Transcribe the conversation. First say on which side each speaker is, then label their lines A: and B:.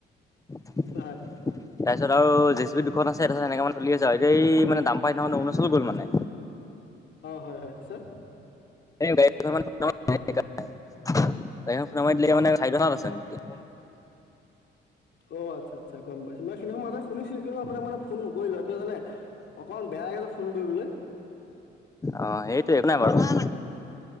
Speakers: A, on the left; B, on the left.
A: তাৰপিছত
B: হয়
A: আৰু জে চি বি দু <unintelligible> আছে তাৰপছ এনেকা মানে চলি আছে আৰু এই দাম্পাৰ অৰুণাচল গ'ল মানে।
B: অ' হয় হয়, পিছত?
A: এই গাড়ীখন <unintelligible>
B: অ' আচ্ছা আচ্ছা, গম পাইছোঁ। <unintelligible> শুনিছিলোঁ কিন্তু আপোনাক মানে ফোন নকৰিলো কিয় জানে অকণমান বেয়া লাগে যে ফোন কৰিবলৈ।
A: অ' সেইটোয়ে <unintelligible> অ'